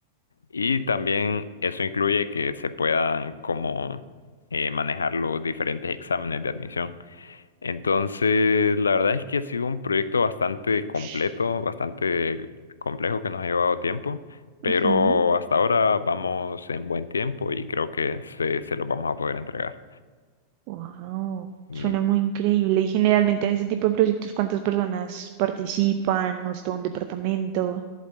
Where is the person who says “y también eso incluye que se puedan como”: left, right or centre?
Left